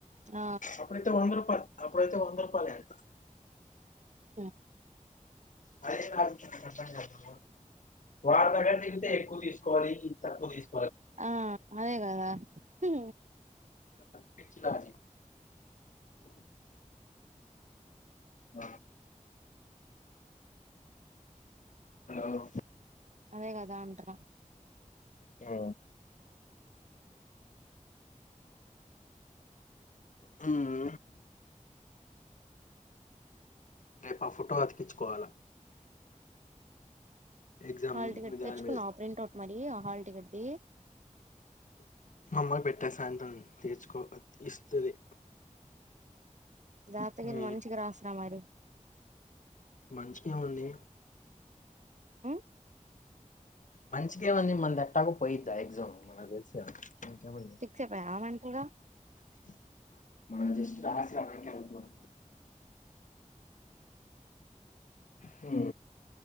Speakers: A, on the right; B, on the left.
A: ఆ
B: అప్పుడతే ఒందరు అప్పుడైతే వంద రూపాలే అంటా.
A: హుహ్
B: అదే కాదు నాకు అర్థం కాలే. వాడి దగ్గర తిగితే ఎక్కువ తీసుకోవాలి. ఇది తక్కువ తీస్
A: ఆ అదే కదా హు
B: పిచ్చిరాజి నా హలో
A: అదే కదా అంటనా
B: యా హుహు రేపు ఆ ఫోటో అతికించుకోవాలా ఎగ్జామ్
A: హల్ టికెట్ తెచ్చుకున్నవా.
B: దాని మీద
A: ప్రింటౌట్ మరీ హల్టీకెట్ది
B: మమ్మయ్ పెట్టా సాయంత్రం తీర్చుకో ఇస్తది
A: జాతగిని
B: మ్
A: మంచిగా రాసినా మరి
B: మంచికేముంది
A: ఉమ్
B: మంచిగే ముంది. మన దేటగో పోయిది. ఆ ఎగ్జామ్ మనగ్ తెలుసుగా ఇంకేముంది
A: ఫిక్స్ అయిపోయావా మెంటల్ గా
B: <inaudible> మనం జస్ట్ రాసిడవడానికి ఏళ్తున్నాం హు